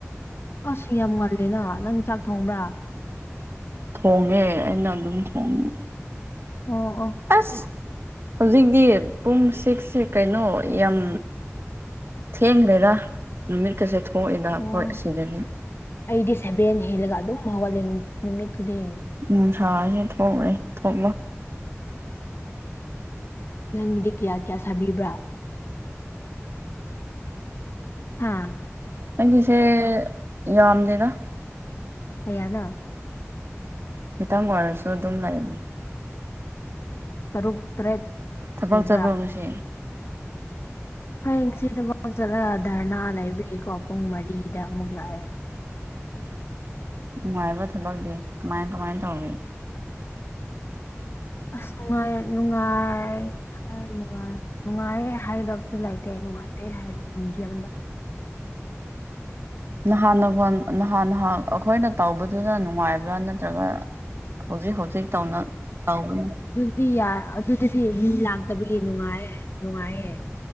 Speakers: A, on the left; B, on the right.
A: ꯑꯁ ꯌꯥꯝ ꯉꯜꯂꯦꯅ ꯅꯪ ꯆꯥꯛ ꯊꯣꯡꯕ꯭ꯔꯥ
B: ꯊꯣꯡꯉꯦ ꯑꯩꯅ ꯑꯗꯨꯝ ꯊꯣꯡꯉ
A: ꯑꯣ ꯑꯣ
B: ꯑꯁ ꯍꯧꯖꯤꯛꯇꯤ ꯄꯨꯡ ꯁꯤꯛꯁꯦ ꯀꯩꯅꯣ ꯌꯥꯝ ꯊꯦꯡꯒꯔꯦꯗ ꯅꯨꯃꯤꯠꯀꯁꯦ ꯊꯣꯛꯑꯦꯗ
A: ꯑꯣ
B: ꯑꯈꯣꯏ ꯑꯁꯤꯗꯒꯤ
A: ꯑꯩꯗꯤ ꯁꯦꯚꯦꯟ ꯍꯦꯜꯂꯒ ꯑꯗꯨꯝ ꯍꯧꯒꯠꯂꯦ ꯅꯨꯃꯤꯠ ꯈꯨꯗꯤꯡ
B: ꯅꯨꯡꯁꯥꯖꯦ ꯊꯣꯛꯂꯦ ꯊꯣꯛꯂꯣ
A: ꯅꯪꯒꯤꯗꯤ ꯀꯌꯥ ꯀꯌꯥ ꯁꯥꯕꯤꯕ꯭ꯔꯥ ꯑꯥ
B: ꯅꯪꯒꯤꯁꯦ ꯌꯥꯝꯗꯦꯗ
A: ꯀꯌꯥꯅꯣ
B: ꯈꯤꯇꯪ ꯑꯣꯏꯔꯁꯨ ꯑꯗꯨꯝ ꯂꯩ
A: ꯇꯔꯨꯛ ꯇꯔꯦꯠ
B: ꯊꯕꯛ
A: ꯁꯨꯕ꯭ꯔꯥ
B: ꯆꯠꯕꯔꯣ ꯉꯁꯤ
A: ꯍꯌꯦꯡ ꯁꯤꯗ ꯆꯠꯂꯒ ꯙꯔꯅꯥ ꯂꯩꯕꯤꯒꯀꯣ ꯄꯨꯡ ꯃꯔꯤꯗ ꯑꯃꯨꯛ ꯂꯥꯛꯑꯦ
B: ꯅꯨꯡꯉꯥꯏꯕ ꯊꯕꯛꯇꯤ ꯀꯃꯥꯏ ꯀꯃꯥꯏꯟ ꯇꯧꯔꯤ
A: ꯑꯁ ꯅꯨꯡꯉꯥꯏ ꯅꯨꯡꯉꯥꯏ ꯅꯨꯡꯉꯥꯏ ꯅꯨꯡꯉꯥꯏ ꯍꯥꯏꯗꯕꯁꯨ ꯂꯩꯇꯦ ꯅꯨꯡꯉꯥꯏꯇꯦ ꯍꯥꯏꯔ ꯃꯤꯗꯤꯌꯝꯗ
B: ꯅꯍꯥꯟ ꯅꯍꯥꯟꯍ ꯑꯩꯈꯣꯏꯅ ꯇꯧꯕꯗꯨꯗ ꯅꯨꯡꯉꯥꯏꯕ꯭ꯔꯥ ꯅꯠꯇ꯭ꯔꯒ ꯍꯧꯖꯤꯛ ꯍꯧꯖꯤꯛ ꯇꯧꯅ ꯇꯧꯕ
A: ꯗꯤ ꯌꯥ ꯑꯗꯨꯗꯗꯤ ꯃꯤ ꯂꯥꯛꯇꯕꯒꯤ ꯅꯨꯡꯉꯥꯏꯌꯦ ꯅꯨꯡꯉꯥꯏꯌꯦ